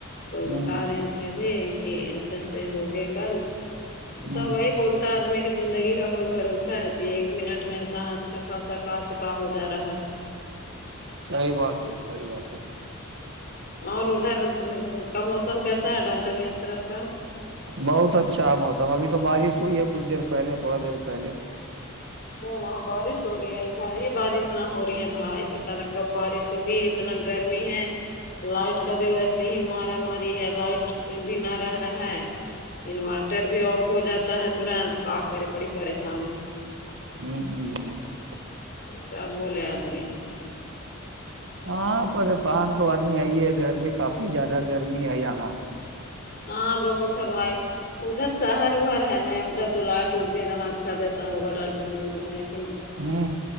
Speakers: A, on the left (about 50°); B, on the right (about 65°).
A: تو
B: ہ
A: بتا رہے تھے ابھی کہ ایسے ایسے ہوگیا کل
B: ہ
A: تا وہی بولتا آدمی کی زندگی کا کوئی بھروسہ ہے جی ایک منٹ میں انسان اچھا خاصا کہ سکا ہو جا رہا
B: صحی بات ہے صحی بات ہے
A: اور ادھر کا موسم کیسا ہے ڈانٹن میں ان طرف کا
B: بہت اچھا ہے موسم ابھی تو بارش ہوئی ہے کچھ دیر پہلے تھوڑا دیر پہلے
A: وہ وہاں بارش ہو رہی ہے ا بھر ہی بارش نہ ہو رہی ہے بھائی پت لگتا کب بارش ہوگی اتنا گرمی ہے لائٹ کا بھی ویسے ہی مارا ماری ہے لائٹ بھی نہ رہ رہا ہے انورٹر بھی آف ہو جاتا ہے ترنت کا کرے پڑی پریشان
B: ہوں ہ ہ
A: کیا بولے آدمی
B: ہاں پریشان تو آدمی ہے ہی ہے گرمی کافی زیادہ گرمی ہے یہاں
A: ہاں بہت ہے بھائی ادھر شہر اہر ہے نا ادھر تو لائٹ ٹوٹ پے دا اچھا دیتا ہوا ڈاکٹر نے بھی ہے کہنا <unintelligible>
B: ہوں